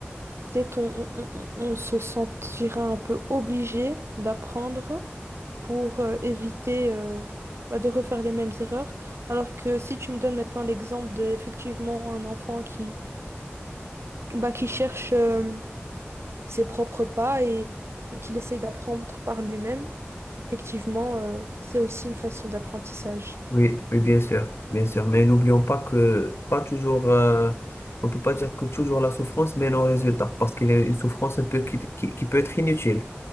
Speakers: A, on the right (about 80°); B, on the left (about 70°).
A: peut-être on, on on- on se sentira un peu obligé d'apprendre. pour euh, éviter euh, bah, de refaire les mêmes erreurs. Alors que si tu me donnes maintenant l'exemple de effectivement un enfant qui, bah, qui cherche euh, ses propres pas et, et qu'il essaye d'apprendre par lui-même, effectivement, euh, c'est aussi une façon d'apprentissage.
B: Oui, oui, bien sûr, bien sûr. Mais n'oublions pas que pas toujours, euh, on peut pas dire que toujours la souffrance mène au résultat, parce qu'il y a une souffrance un peu qui, qui, qui peut être inutile.